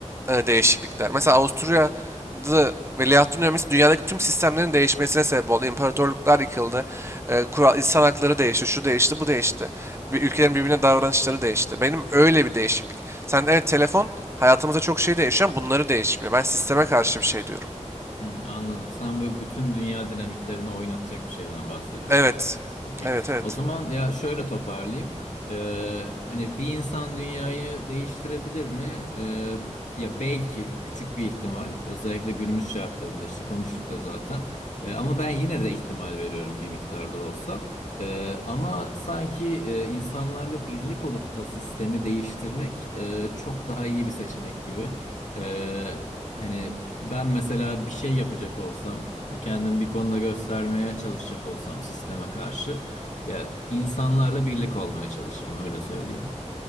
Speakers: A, on the right; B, on the left.
A: e, değişiklikler. Mesela Avusturya'da Veliahtın Ölmesi dünyadaki tüm sistemlerin değişmesine sebep oldu. İmparatorluklar yıkıldı. E, kural, insan hakları değişti. Şu değişti, bu değişti. Bir, ülkelerin birbirine davranışları değişti. Benim öyle bir değişiklik. Sen evet telefon hayatımızda çok şey değişiyor ama bunları değişmiyor. Ben sisteme karşı bir şey diyorum.
B: Hmm, anladım. Sen böyle bütün dünya dinamiklerini oynatacak bir şeyden bahsediyorsun.
A: Evet.
B: Okey.
A: Evet, evet.
B: O zaman ya şöyle toparlayayım. Ee, hani bir insan dünyayı değiştirebilir mi? Ee, ya belki küçük bir ihtimal. Özellikle günümüz şartlarında işte konuştuk da zaten. Ee, ama ben yine de ihtimal veriyorum bir miktar da olsa. Ee, ama sanki e, insanlarla birlik olup da sistemi değiştirmek e, çok daha iyi bir seçenek gibi. Ee, Hani ben mesela bir şey yapacak olsam, kendimi bir konuda göstermeye çalışacak olsam sisteme karşı, ya insanlarla birlik olmaya çalışırım öyle söyleyeyim.